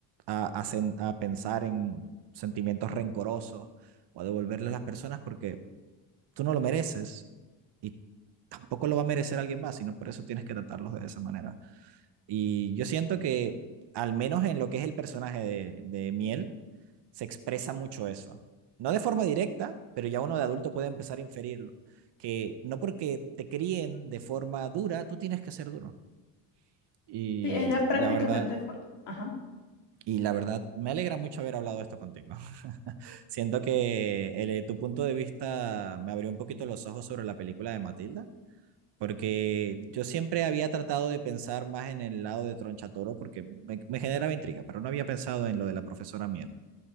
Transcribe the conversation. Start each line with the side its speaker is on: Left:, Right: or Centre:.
Right: a, a, sen- a pensar en sentimientos rencorosos o a devolverle a las personas porque tú no lo mereces y tampoco lo va a merecer alguien más, sino por eso tienes que tratarlos de esa manera. Y yo siento que, al menos en lo que es el personaje de, de Miel, se expresa mucho eso. No de forma directa, pero ya uno de adulto puede empezar a inferirlo. Que no porque te críen de forma dura, tú tienes que ser duro. Y
Left: Sí, ella prácticamente
Right: la verdad,
Left: fue. Ajá,
Right: Y la verdad, me alegra mucho haber hablado esto contigo. <laughs> Siento que el- tu punto de vista me abrió un poquito los ojos sobre la película de Matilda, porque yo siempre había tratado de pensar más en el lado de Tronchatoro, porque me, me generaba intriga, pero no había pensado en lo de la profesora Miel.